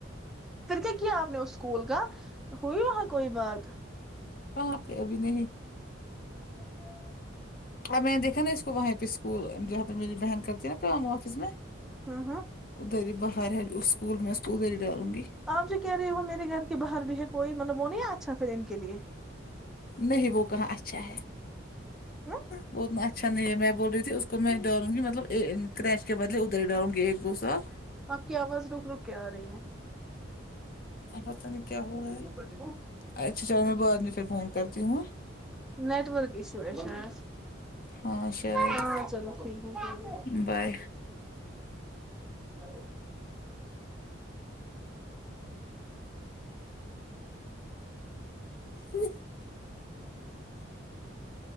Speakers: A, in the centre; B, on the left.
A: پھر کے کی آپ نے اس سکول کاا ہوئی ہو کوئی بات
B: کہاں پہ ابھی نہیں
A: <inaudible>
B: اور میں دیکھا نا اس کو وہیں پہ اسکول جہاں پہ میری بہن کرتی ہے نا کام آفس میں
A: ہاں ہاں
B: ادھر ہی باہر ہے اسکول میں اس کواودھر ہی ڈالونگی
A: آپ جو کہہ رہے ہو میرے گھر کے باہر بھی ہے کوئی مطلب وہ نہیں اچھا پھر ان کے لیے
B: نہیں وہ کہاں اچھا ہے
A: ہاں
B: بتنا اچھا نہیں ہے میں بول رہی تھی اس کو میں ڈالوں گی مطلب کریچ کے بدے ادھر ہی ڈالوں گی ایک گ سا
A: آپ کی آواز رک رک کے آ رہی ہے
B: اب پتہ نہیں کیا ہو رہا
A: لکج کو
B: ہے اچھا چلو میں بعد میں پھر فون کرتی ہوں
A: نیٹورک اشو ہے شاید
B: ہاں شاید
A: ہاں چلو ٹھیک ہے کوئی
B: بائے
A: ہو
B: ہوں